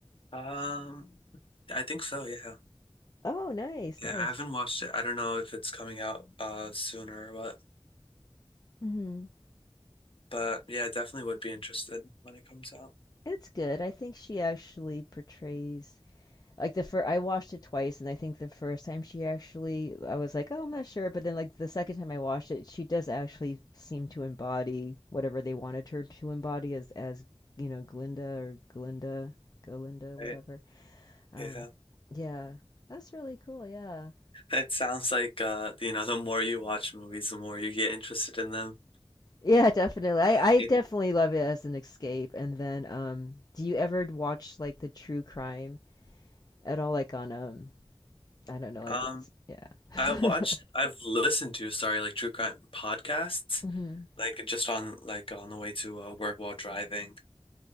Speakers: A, on the left; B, on the left.
A: Um, I think so, yeah.
B: Oh, nice,
A: Yeah,
B: nice.
A: I haven't watched it. I don't know if it's coming out uh sooner or what,
B: hmm
A: but yeah, I definitely would be interested when it comes out.
B: It's good. I think she actually portrays like the first I watched it twice and I think the first time she actually I was like, "Oh, I'm not sure," but then like the second time I watched it, she does actually seem to embody whatever they wanted her to embody as as, you know, Glinda or Glinda, Galinda, whatever.
A: Right?
B: Um,
A: Yeah.
B: yeah, that's really cool. Yeah.
A: It sounds like uh, you know, the more you watch movies, the more you get interested in them.
B: Yeah, definitely. I,
A: <laughs>
B: I definitely love it as an escape. And then, um, do you ever watch like the true crime at all? Like on, um, I don't know, like
A: Um,
B: it's, yeah.
A: I've watched,
B: <laughs>
A: I've listened to, sorry, like true crime podcasts,
B: hmm
A: like just on like on the way to uh, work while driving.